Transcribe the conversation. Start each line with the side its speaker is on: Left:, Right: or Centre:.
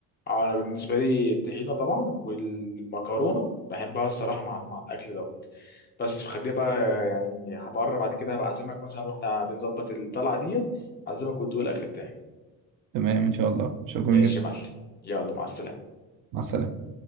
Left: آه، انا بالنسبه لي الطحينه طبعا والمكرونه بحبها الصراحه مع مع الاكل دوت بس خلينا بقى يعني هبقرب بعد كده هبقى اعزمك مثلا واحنا بنظبط الطلعه ديت اعزمك وتدوق الاكل بتاعي
Right: تمام ان شاء الله شكرا
Left: ماشي
Right: جدا
Left: يا معلم يلا مع السلامه
Right: مع السلامه